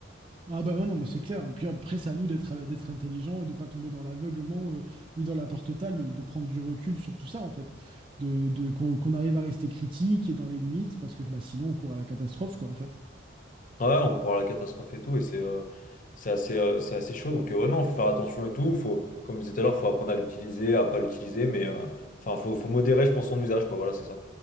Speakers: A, on the right (about 25°); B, on the left (about 40°).
A: Ah bah ouais, non, mais c'est clair. Puis après, c'est à nous d'être d'être intelligents et de pas tomber dans l'aveuglement euh, ni dans la peur totale, mais de prendre du recul sur tout ça, en fait. De, de- qu'on qu'on arrive à rester critique et dans les limites, parce que bah, sinon, on court à la catastrophe, quoi, en fait.
B: Ouais, on croit à la catastrophe et tout, et c'est euh, c'est assez, euh, c'est assez chaud. Donc, euh, ouais, non, faut faire attention et tout. Faut, comme je disais tout à l'heure, faut apprendre à l'utiliser, à pas l'utiliser, mais euh, enfin, faut, faut modérer, je pense, son usage, quoi. Voilà, c'est ça.